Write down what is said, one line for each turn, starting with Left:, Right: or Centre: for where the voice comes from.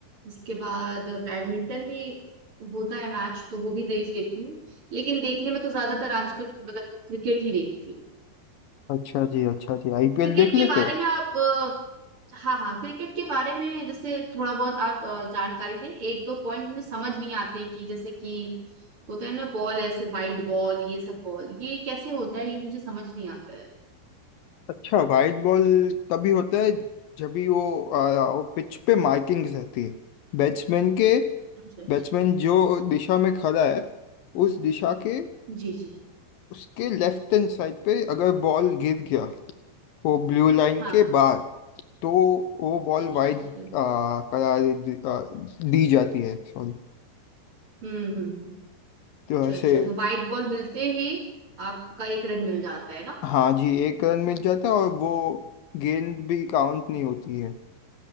Right: इसके बाद बैडमिंटन भी होता है मैच तो वो भी देख लेती हूँ लेकिन देखने में तो ज्यादातर आजकल मतलब क्रिकेट ही देखती हूँ
Left: अच्छा जी अच्छा जी आईपीएल
Right: क्रिकेट
Left: देख
Right: के
Left: लेते
Right: बारे
Left: हो
Right: में आप अ, हाँ हाँ क्रिकेट के बारे में जैसे थोड़ा बहुत आप अ, जानकारी दें एक दो पॉइंट मुझे समझ नहीं आते हैं कि जैसे कि होता है ना बॉल ऐसे वाइड बॉल ये सब बॉल ये कैसे होता है ये मुझे समझ नहीं आता है
Left: अच्छा वाइड बॉल तभी होता है जब भी वो, आ, वो पिच पे मार्किंग्स रहती है बैट्समैन के
Right: अच्छा अच्छा
Left: बैट्समैन जो दिशा में खड़ा है उस दिशा के
Right: जी जी
Left: उसके लेफ्ट हैंड साइड पे अगर बॉल गिर गया वो ब्लू लाइन
Right: हाँ
Left: के
Right: हाँ
Left: बाहर तो वो बॉल
Right: अच्छा
Left: वाइड
Right: अच्छा
Left: आ, करार दी, आ, दी जाती है सॉरी
Right: हम्म हम्म अच्छा
Left: तो ऐसे
Right: अच्छा तो व्हाइट बॉल मिलते ही आपका एक रन मिल जाता है ना
Left: हाँ जी एक रन मिल जाता है और वो गेंद भी काउंट नहीं होती है